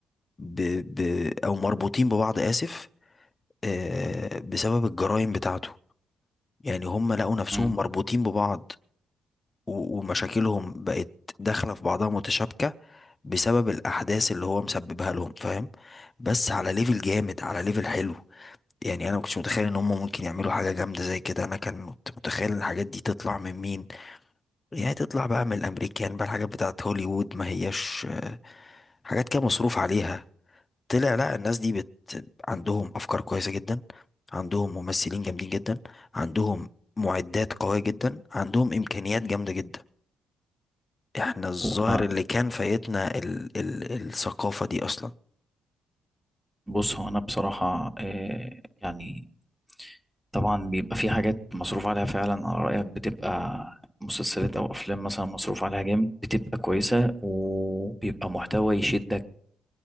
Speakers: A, on the left; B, in the centre.
A: ب... ب... او مربوطين ببعض اسف آه، بسبب الجرائم بتاعته يعني هم لقوا نفسهم
B: امم
A: مربوطين ببعض و- ومشاكلهم بقت داخلة في بعضها متشابكة بسبب الأحداث اللي هو مسببها لهم فاهم بس على ليفل جامد على ليفل حلو يعني أنا مكنتش متخيل إن هم ممكن يعملوا حاجة جامدة زي كده أنا كان كنت متخيل إن الحاجات دي تطلع من مين يعني تطلع بقى من الأمريكان بقى الحاجات بتاعت هوليوود ما هياش آه، حاجات كده مصروف عليها طلع لا الناس دي بت... عندهم أفكار كويسة جدا عندهم ممثلين جامدين جدا عندهم معدات قوية جدا عندهم إمكانيات جامدة جدا احنا الظاهر
B: وانا
A: اللي كان فايتنا ال ال الثقافة دي اصلا
B: بص هو انا بصراحة آه، يعني طبعا بيبقى في حاجات مصروف عليها فعلا على رأيك بتبقى مسلسلات أو أفلام مثلا مصروف عليها جامد بتبقى كويسة وبيبقى محتوى يشدك